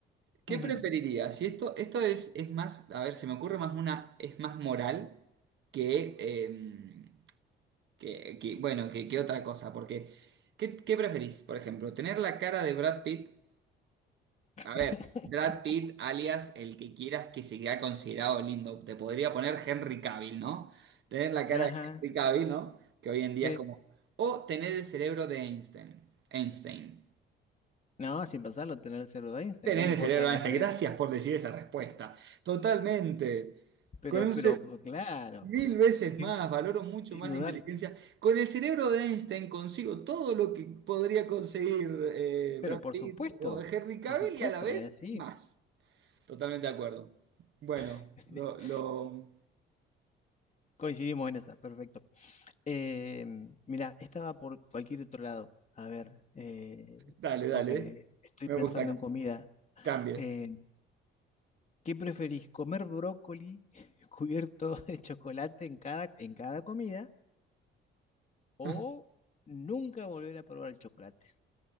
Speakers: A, on the right; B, on the left.
A: ¿Qué
B: ujú.
A: preferirías? Si esto, esto es, es más, a ver, se me ocurre más una, es más moral que, eh, que, que, bueno, que, que otra cosa, porque ¿qué, qué preferís? Por ejemplo, ¿tener la cara de Brad Pitt?
B: <laughs>
A: A ver, Brad Pitt, alias el que quieras que se quede considerado lindo. Te podría poner Henry Cavill, ¿no? Tener la cara
B: Ajá,
A: de Henry Cavill, ¿no? Que hoy en día
B: sí.
A: es como. O tener el cerebro de Einstein. Einstein.
B: No, sin pasarlo, tener el cero de Einstein,
A: Tener
B: ¿qué importa
A: el cerebro de
B: la
A: Einstein.
B: apariencia?
A: Gracias por decir esa respuesta. Totalmente.
B: Pero,
A: Con un
B: pero,
A: ce-
B: claro,
A: mil veces
B: sin,
A: más, valoro mucho
B: sin
A: más
B: dudar.
A: la inteligencia. Con el cerebro de Einstein consigo todo lo que podría conseguir eh,
B: Pero
A: Brad
B: por
A: Pitt
B: supuesto,
A: o Henry Cavill
B: por supuesto,
A: y a la vez
B: es así.
A: más. Totalmente de acuerdo. Bueno,
B: <laughs>
A: lo, lo...
B: Coincidimos en esa, perfecto. Eh, mira, estaba por cualquier otro lado. A ver, eh,
A: Dale, dale.
B: porque estoy
A: Me
B: pensando
A: gusta.
B: en comida.
A: Cambie.
B: Eh, ¿qué preferís? ¿Comer brócoli <laughs> cubierto de chocolate en cada, en cada comida o
A: <laughs>
B: nunca volver a probar el chocolate?